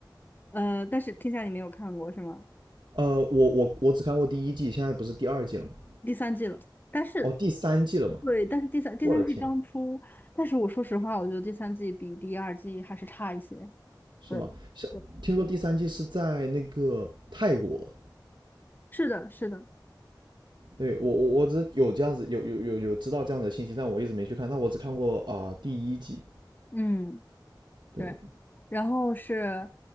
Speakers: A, on the left; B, on the right.
A: 呃，但是天下你没有看过是吗？
B: 呃，我我我只看过第一季，现在不是第二季了吗？
A: 第三季了，但是
B: 哦，第三季了吗？
A: 对，但是第三第三季刚出，
B: 我的天，
A: 但是我说实话，我觉得第三季比第二季还是差一些。
B: 是吗？
A: 对，
B: 像听说第三季是在那个泰国。
A: 对，是的，是的，
B: 对，我我我只有这样子有有有有知道这样的信息，但我一直没去看。但我只看过啊、第一季。
A: 嗯，
B: 对，
A: 对。然后是，